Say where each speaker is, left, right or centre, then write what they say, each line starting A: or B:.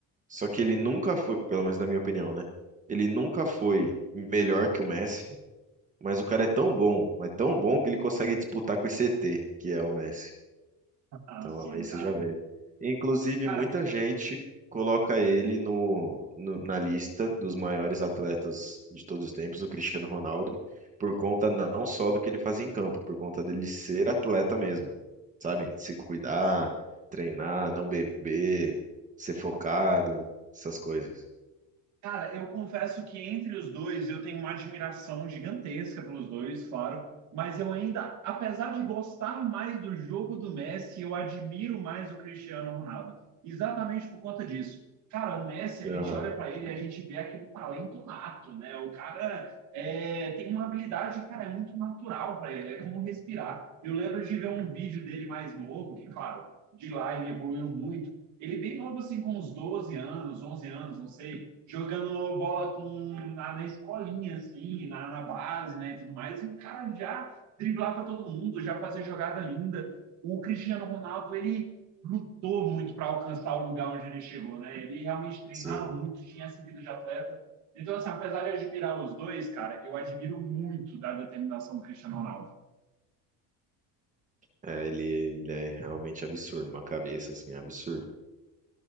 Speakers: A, on the right (about 20°); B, on the right (about 50°).
A: Só que ele nunca foi, pelo menos na minha opinião, né? Ele nunca foi melhor que o Messi, mas o cara é tão bom, mas tão bom que ele consegue disputar com esse ET, que é o Messi.
B: Ah,
A: Então
B: sim,
A: aí você
B: cara.
A: já vê. Inclusive,
B: Cara,
A: muita gente coloca ele no, no- na lista dos maiores atletas de todos os tempos, o Cristiano Ronaldo, por conta não só do que ele fazia em campo, por conta dele ser atleta mesmo, sabe?
B: sim,
A: Se cuidar,
B: sim.
A: treinar, não beber, ser focado, essas coisas.
B: Cara, eu confesso que entre os dois eu tenho uma admiração gigantesca pelos dois, claro, mas eu ainda, apesar de gostar mais do jogo do Messi, eu admiro mais o Cristiano Ronaldo. Exatamente por conta disso. Cara, o Messi, a
A: Aham.
B: gente olha para ele e a gente vê aquele talento nato, né? O cara é, tem uma habilidade, cara, é muito natural para ele, é como respirar. Eu lembro de ver um vídeo dele mais novo, que, claro, de lá ele evoluiu muito ele bem novo, assim, com uns 12 anos, 11 anos, não sei, jogando bola com, na, na escolinha, assim, na, na base, né, e tudo mais. E o cara já driblava todo mundo, já fazia jogada linda. O Cristiano Ronaldo, ele lutou muito para alcançar o lugar onde ele chegou, né? Ele realmente treinava
A: Sim,
B: muito, tinha essa vida de atleta. Então, assim, apesar de admirar os dois, cara, eu admiro muito da determinação do Cristiano Ronaldo.
A: é, ele, ele é realmente absurdo, uma cabeça assim, absurda.